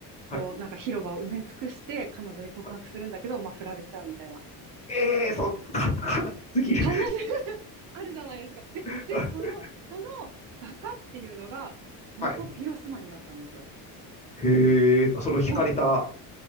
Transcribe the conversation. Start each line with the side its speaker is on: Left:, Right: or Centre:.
Left: はい。
Right: こう、なんか広場を埋め尽くして、彼女に告白するんだけど、
Left: はい。
Right: まあ、振られちゃうみたいな。
Left: ええー、そん、か、悲しすぎる。
Right: 必ず <laughs> あるじゃないですか。で、
Left: <laughs>
Right: で、その、その画家っていうのが、ニコ・
Left: はい。
Right: ピロスマニだったんですよ。
Left: へえ、その惹かれた。
Right: そう。